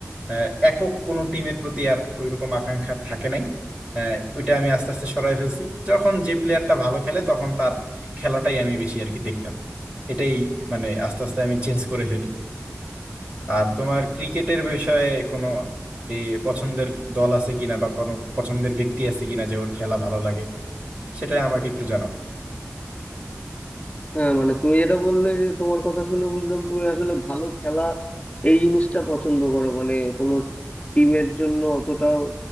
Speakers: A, on the right; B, on the left.
A: আহ, একক কোনো টিমের প্রতি আর ওইরকম আকাঙ্ক্ষা আর থাকে নাই আহ, ওইটা আমি আস্তে আস্তে সরাই ফেলছি যখন যে প্লেয়ারটা ভালো খেলে তখন তার খেলাটাই আমি বেশি আর কি দেখতাম এটাই মানে আস্তে আস্তে আমি চেঞ্জ করে ফেলি আর তোমার ক্রিকেটের বিষয়ে কোনো এই পছন্দের দল আছে কিনা বা কোনো পছন্দের ব্যক্তি আছে কিনা যে ওর খেলা ভালো লাগে সেটা আমাকে একটু জানাও
B: হ্যাঁ মানে তুমি যেটা বললে যে তোমার কথা শুনে বুঝলাম তুমি আসলে ভালো খেলা এই জিনিসটা পছন্দ করো মানে কোনো টিমের জন্য অতটাও